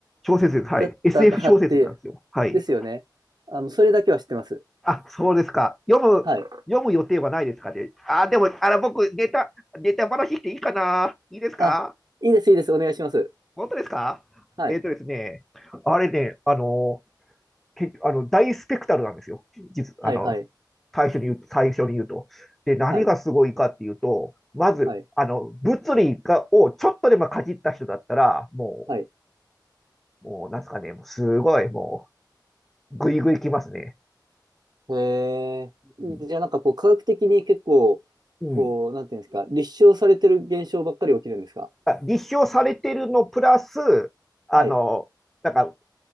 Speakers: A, in the centre; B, on the right.
A: 小説です。はい。
B: だったはって、
A: SF 小説なんですよ。はい。
B: ですよね。あの、それだけは知ってます。
A: あ、そうですか。読む、
B: はい。
A: 読む予定はないですかね。あ、でも、あら、僕、ネタ、ネタ話していいかないいですか
B: あ、いいです、いいです。お願いします。
A: 本当ですかえっとですね、
B: はい。
A: あれね、あの、け、あの、大スペクタルなんですよ。実、
B: はい、
A: あの、
B: はい。
A: 最初に言う、最初に言うと。で、何がすごいかっていうと、
B: はい、
A: まず、
B: はい、
A: あの、物理が、をちょっとでもかじった人だったら、も
B: はい。
A: う、もう、なんですかね、もうすごい、もう、ぐいぐいきますね。
B: へえ。
A: うん。
B: じゃあ、なんかこう、科学的に結構、
A: うん
B: こう、なんていうんですか、立証されてる現象ばっかり起きるんですか
A: あ立証されてるのプラス、あの、
B: はい、
A: なんか、